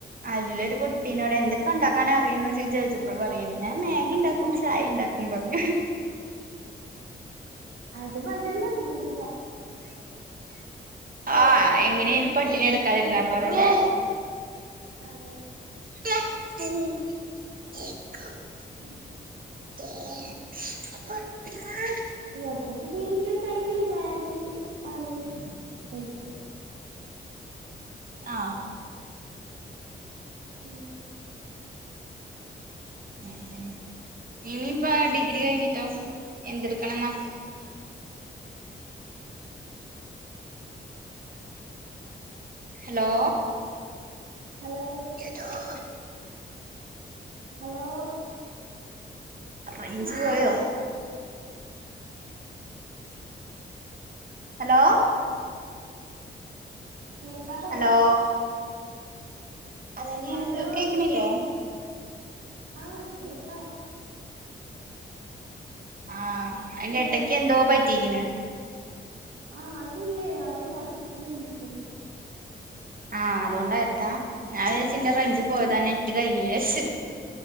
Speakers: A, on the right; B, on the right.
A: അതിലൊരു കുട്ടീനോട് എന്തൊക്കെ ണ്ടാക്കാൻ അറിയുംന്ന് ചോയ്ച്ചപ്പോ പറയാണ് ഞാൻ മേഗി ണ്ടാക്കും ചായ ണ്ടാക്കും. ഉം പറഞ്ഞാ
B: അത് മതിയല്ലോ ജീവിക്കാൻ.
A: ആ എങ്ങനെലും പട്ട്ണി കെട്ക്കാതിരുന്നാ പോരേലെ
B: അതെ
A: <inaudible>
B: ഉം.
A: <inaudible>
B: <unintelligible> ഇക്ക്യോക്കെണെങ്കിൽ മാഗി ആണ് എളുപ്പം.
A: ആ
B: ഉം
A: <unintelligible> ഇനിയിപ്പോ ഡിഗ്രി കഴിഞ്ഞിട്ടോ എന്തെടുക്കണംന്നാ? <inaudible> ഹലോ
B: ഹലോ
A: <inaudible>
B: ഹലോ
A: റേയ്ഞ്ച് പോയോ? ഹലോ
B: കേക്കാവോ
A: ഹലോ അതന്നെയേണ്
B: ഹലോ
A: കേക്ക് കേക്ക്ണില്ലേ?
B: ആ കേക്കാം
A: ആ അയ്ന്റെ
B: കേൾക്കാം
A: എടക്ക് എന്തോ പറ്റികിണ്
B: ആ അതല്ലേ ആരോ വാട്സാപ്പില് വിളിക്ക്ണ്ട്.
A: ആ അതോണ്ടായതാ ഞാൻ വിചാരിച്ചു
B: ആ
A: റേയ്ഞ്ച് പോയതാ നെറ്റ് കഴിഞ്ഞു ജാരിച്ച്